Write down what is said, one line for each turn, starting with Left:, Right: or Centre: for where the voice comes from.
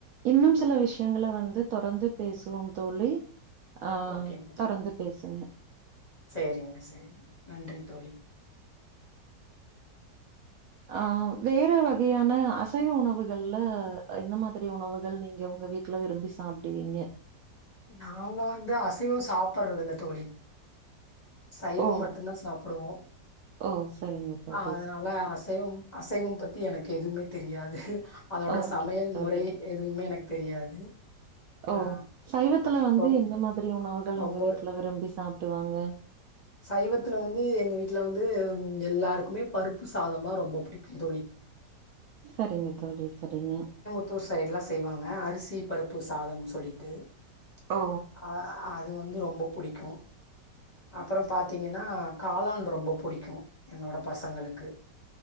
Right: இன்னும் சில விஷயங்கல வந்து தொடர்ந்து பேசுவோம் தோழி ஆ
Left: ஓகேங்
Right: தொடர்ந்து பேசுங்க.
Left: சேரிங்க செரிங் நன்றி தோழி
Right: அ வேற வகையான அசைவ உணவுகள்ல இந்த மாதிரி உணவுகள் நீங்க உங்க வீட் டுல விரும்பி சாப்டுவீங்க
Left: நாங்க வந்து அசைவ சாப்பறதுல்ல தோழி சைவம்
Right: ஓ!
Left: மட்டுந்தா சாப்புடுவோ
Right: ஓ! சரிங்க தோழி
Left: அதனால
Right: சரிங்க.
Left: அசைவம் அசைவம் பத்தி எனக்கு எதுமே தெரியாது அதோட
Right: ஓகே
Left: சமையல்
Right: தோழி
Left: முறை எதுவுமே எனக்கு தெரியாது
Right: ஓ
Left: ஆ
Right: சைவத்துல வந்து
Left: ரொ
Right: எந்த மாதிரி உணவுகள்
Left: ரொம்ப
Right: உங்க வீட்ல விரும்பி சாப்டுவாங்க
Left: சைவத்துல வந்து எங்க வீட்ல வந்து எல்லாருக்குமே பருப்பு சாதோனா ரொம்ப புடிக்கு தோழி
Right: சரிங்க தோழி சரிங்க
Left: த்தூர் சைடுல செய்வாங்க அரிசி பருப்பு சாதம்னு சொல்லிட்டு
Right: ஓ
Left: ஆ அது வந்து ரொம்ப புடிக்கு அப்புறோ பாத்தீங்கன்னா காளான் ரொம்ப புடிக்கு என்னோட பசங்களுக்கு